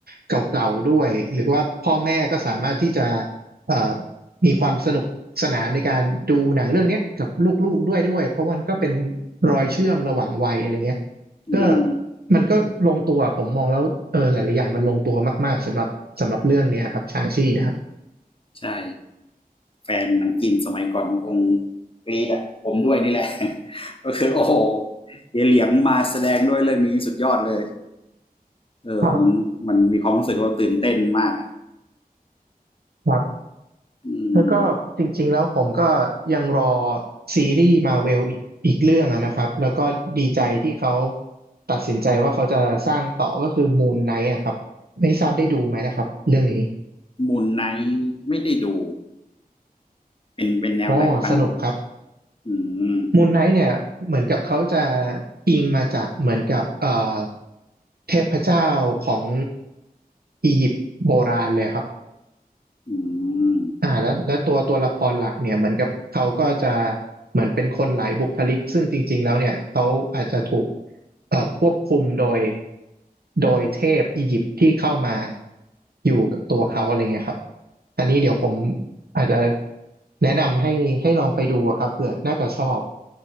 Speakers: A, on the right (about 80°); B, on the left (about 35°).
A: เก่าๆด้วยหรือว่าพ่อแม่ก็สามารถที่จะเอ่อมีความสนุกสนานในการดูหนังเรื่องเนี้ยกับลูกๆด้วยด้วยเพราะมันก็เป็นรอยเชื่อมระหว่างวัยอะไรเงี้ย
B: อืม
A: ก็มันก็ลงตัวผมมองแล้วเออหลายๆอย่างมันลงตัวมากๆสำหรับสำหรับเรื่องเนี้ยครับชางชี่นะครับ
B: ใช่แฟนหนังจีนสมัยก่อนคงกรีดอะผมด้วยนี่แหละ <laughs> ก็คือโอ้โหเยเหลียงมาแสดงด้วยเรื่องนี้สุดยอดเลย เออมันมันมีความรู้สึกว่าตื่นเต้นมากอ่ะ
A: ครับครับ
B: อืม
A: แล้วก็จริงๆแล้วผมก็ยังรอซีรีส์มาเวลอีกอีกเรื่องอะนะครับแล้วก็ดีใจที่เขาตัดสินใจว่าเขาจะสร้างต่อก็คือมูนไนท์อะครับไม่ทราบได้ดูไหมนะครับเรื่องนี้
B: มูนไนท์ไม่ได้ดู เป็นเป็นแนวไหนบ้าง
A: โอ้สนุกครับ
B: อืม
A: มูนไนท์เนี่ยเหมือนกับเขาจะอิงมาจากเหมือนกับเอ่อเทพเจ้าของอียิปต์โบราณเลยครับ
B: อืม
A: อ่าแล้วแล้วตัวตัวละครหลักเนี่ยเหมือนกับเขาก็จะเหมือนเป็นคนหลายบุคลิกซึ่งจริงๆแล้วเนี่ยเขาอาจจะถูกเอ่อควบคุมโดยโดยเทพอียิปต์ที่เข้ามาอยู่กับตัวเขาอะไรเงี้ยครับอันนี้เดี๋ยวผม
B: อืม
A: อาจจะแนะนำให้ให้ลองไปดูอะครับเผื่อน่าจะชอบ